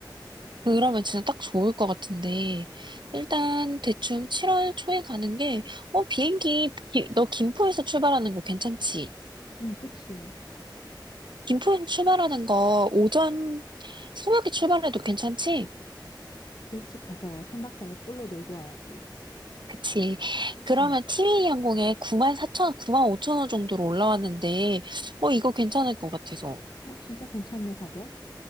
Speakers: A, on the right; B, on the left.
A: 그러면 진짜 딱 좋을 것 같은데. 일단 대충 7월 초에 가는 게, 어, 비행기, 기- 너 김포에서 출발하는 거 괜찮지?
B: 응, 그치.
A: 김포에서 출발하는 거 오전 새벽에 출발해도 괜찮지?
B: 일찍 가서 3박 4일 풀로 놀고 와야지.
A: 그치. 그러면
B: 응.
A: 티웨이 항공에 9 4천0원 9 5천원 정도로 올라왔는데, 어, 이거 괜찮을 것 같아서.
B: 어, 진짜 괜찮네, 가격?